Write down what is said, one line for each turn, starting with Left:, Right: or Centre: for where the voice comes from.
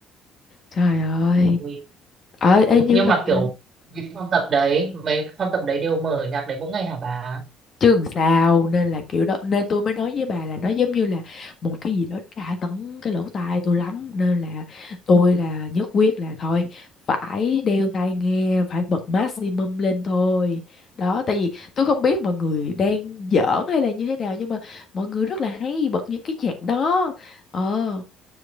Left: trời ơi
Right: Ui,
Left: ờ
Right: ui.
Left: ê, nhưng
Right: nhưng
Left: mà
Right: mà
Left: ừ.
Right: kiểu cái phòng tập đấy mấy phòng tập đấy đều mở nhạc đấy mỗi ngày hả bà
Left: chứ làm sao nên là kiểu đó nên tôi mới nói với bà là nó giống như là một cái gì đó tra tấn cái lỗ tai tôi lắm nên là tôi là nhất quyết là thôi phải đeo tai nghe phải bật maximum lên thôi đó tại vì tôi không biết mọi người đang giỡn hay là như thế nào nhưng mà mọi người rất là hay bật những cái nhạc đó ờ